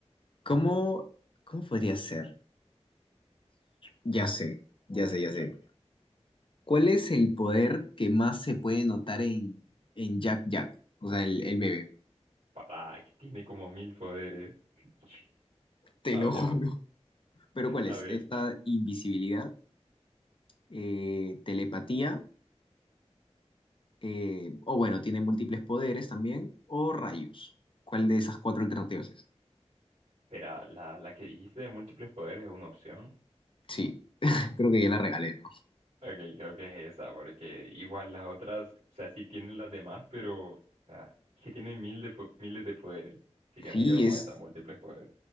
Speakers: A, on the left (about 50°); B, on the right (about 70°).
A: ¿cómo, cómo podría ser? Ya sé, ya sé,
B: Escucha,
A: ya sé. ¿Cuál es el poder que más se puede notar en, en Jack Jack? O sea, el, el bebé.
B: papá, que tiene como mil poderes. <laughs>
A: Te
B: A
A: lo
B: ver,
A: juro. <laughs> ¿Pero cuál
B: a
A: es?
B: ver.
A: Esta invisibilidad, eh, telepatía, eh, o bueno, tiene múltiples poderes también, o rayos. ¿Cuál de esas cuatro alternativas es?
B: Espera, la, la que dijiste de múltiples poderes es una opción.
A: Sí, <laughs> creo que ya la regalé, ¿no?
B: Ok, creo que es esa, porque igual las otras, o sea, sí tienen las demás, pero, o sea, es que tienen mil de, po- miles de poderes. Así
A: Sí,
B: que me quedo con
A: es,
B: esa, múltiples poderes.